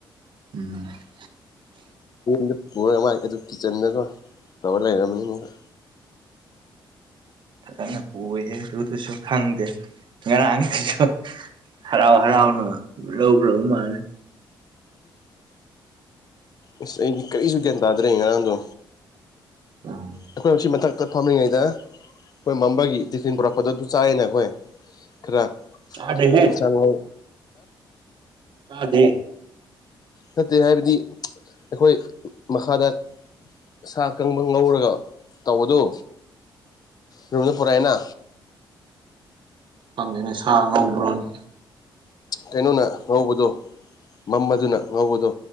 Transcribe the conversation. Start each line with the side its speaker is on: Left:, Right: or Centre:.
Right: ꯎꯨ <inaudible>
Left: ꯗ ꯄꯨꯔꯒ ꯃꯥꯏ ꯑꯗꯨ ꯀꯤꯠꯆꯟꯗꯒ ꯇꯧꯔ ꯂꯩꯔꯝꯃꯅꯤ ꯑꯃꯨꯛꯀꯥ
Right: ꯐꯖꯅ ꯄꯨꯏꯍꯦ ꯑꯗꯨꯗꯨꯁꯨ ꯈꯪꯗꯦ ꯉꯔꯥꯡꯗꯤꯀꯣ ꯍꯔꯥꯎ ꯍꯔꯥꯎꯅ ꯂꯧꯒ꯭ꯔꯕ ꯃꯥꯜꯂꯤ
Left: ꯑꯁ ꯑꯩꯗꯤ ꯀꯔꯤꯁꯨ ꯒ꯭ꯌꯥꯟ ꯇꯥꯗ꯭ꯔꯦ ꯉꯔꯥꯡꯗꯣ
Right: ꯎꯝ
Left: ꯑꯩꯈꯣꯏ ꯃꯁꯤ ꯃꯊꯛꯇ ꯐꯝꯂꯤꯉꯩꯗ ꯈꯣꯏ ꯃꯝꯕꯒꯤ ꯇꯤꯐꯤꯟ ꯄꯨꯔꯛꯄꯗꯣ ꯑꯗꯨ ꯆꯥꯏꯌꯦꯅꯦ ꯑꯩꯈꯣꯏ ꯈꯔ
Right: ꯆꯥꯗꯦꯍꯦ
Left: ꯏꯟꯁꯥꯡ ꯑꯍꯥꯎ
Right: ꯇꯥꯗꯦ
Left: ꯅꯠꯇꯦ ꯍꯥꯏꯕꯗꯤ ꯑꯩꯈꯣꯏ ꯃꯈꯥꯗ ꯁꯥ ꯑꯀꯪꯕ ꯉꯧꯔꯒ ꯇꯧꯕꯗꯨ ꯔꯨꯝꯗ ꯄꯨꯔꯛꯑꯦꯅ
Right: ꯈꯪꯗꯦꯅꯦ ꯁꯥ ꯉꯧꯕ꯭ꯔꯣꯅꯦ
Left: ꯀꯩꯅꯣꯅ ꯉꯧꯕꯗꯣ ꯃꯝꯕꯗꯨꯅ ꯉꯧꯕꯗꯣ